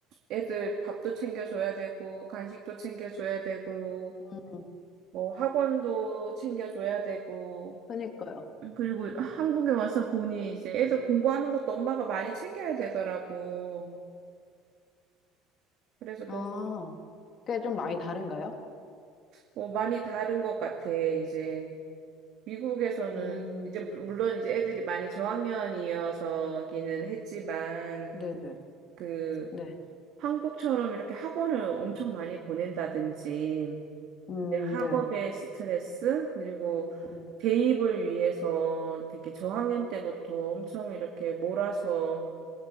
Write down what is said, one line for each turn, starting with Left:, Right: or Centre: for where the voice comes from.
Right: 애들 밥도 챙겨줘야 되고 간식도 챙겨줘야 되고
Left: 음,
Right: 뭐 학원도 챙겨줘야 되고
Left: 그니까요.
Right: 그리고 한국에 와서 보니 이제 애들 공부하는 것도 엄마가 많이 챙겨야 되더라고. 그래서 너무
Left: 아, 그게 좀 많이 다른가요?
Right: 뭐 많이 다른 것 같아 이제. 미국에서는
Left: 음,
Right: 이제 물- 물론 이제 애들이 많이 저학년이어서기는 했지만
Left: 네네.
Right: 그
Left: 네.
Right: 한국처럼 이렇게 학원을 엄청 많이 보낸다든지
Left: 음,
Right: 이제 학업의
Left: 네.
Right: 스트레스 그리고
Left: 음,
Right: 대입을 위해서 되게 저학년 때부터 엄청 이렇게 몰아서